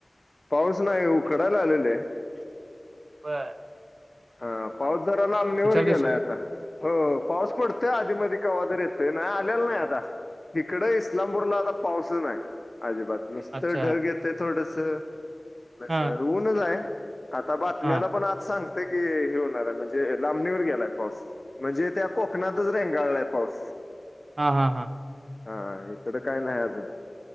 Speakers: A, on the left; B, on the right.
A: पाऊस नाही उखडाय लागलंय लही
B: बर
A: हा पाऊस जराला आमनेवर गेलाय
B: दिवसात?
A: आता हो पाऊस पडतोय आधी माधी कावाटती येत ते नाही आलेलं नाही आता इकड इस्लामपूरला आता पाऊसच नाही. अजिबात मस्त
B: अच्छा.
A: ढग येतय थोडस ऊनच
B: हां,
A: आहे. आता बातम्याला
B: हां.
A: पण आज सांग- की हे होणार आहे म्हणजे लांबणीवर गेलाय पाऊस. म्हणजे त्या कोकणातच रेंगाळल्यात. पाऊस
B: हा हा हा.
A: हा हिकडं काय नाय अजून